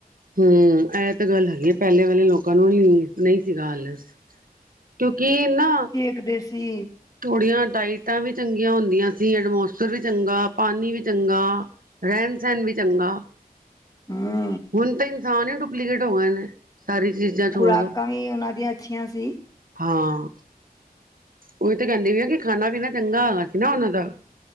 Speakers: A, on the right (about 60°); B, on the left (about 20°).
A: ਹਮ, ਏਹ ਤਾਂ ਗੱਲ ਹੈਗੀ। ਪਹਿਲੇ ਵਾਲੇ ਲੋਕਾਂ ਨੂੰ ਨਹੀਂ ਸੀਗਾ ਆਲਸ। ਕਿਉਂਕਿ ਨਾ
B: ਸਕਦੇ ਸੀ।
A: ਥੋੜੀਆਂ ਡਾਈਟਾਂ ਵੀ ਚੰਗੀਆਂ ਹੁੰਦੀਆਂ ਸੀ। ਐਡਮੋਸਟਰ ਵੀ ਚੰਗਾ, ਪਾਣੀ ਵੀ ਚੰਗਾ। ਰਹਿਣ- ਸਹਿਣ ਵੀ ਚੰਗਾ।
B: ਹੁਮ
A: ਹੁਣ ਤੇ ਇਨਸਾਨ ਡੁਪਲੀਕੇਟ ਹੋ ਗਏ ਨੇ, ਸਾਰੀ ਚੀਜ਼ਾਂ ਛੋੜ
B: ਖੁਰਾਕਾਂ
A: ਦੋ,
B: ਵੀ ਉਹਨਾਂ ਦੀਆਂ ਅੱਛੀਆਂ ਸੀ
A: ਹਾਂ। ਉਹੀ ਤੇ ਕਹਿੰਦੀ ਪਈ ਆ ਕਿ ਖਾਣਾ- ਪੀਣਾ ਚੰਗਾ ਹੋਣਾ ਸੀ ਨਾ ਉਹਨਾਂ ਦਾ।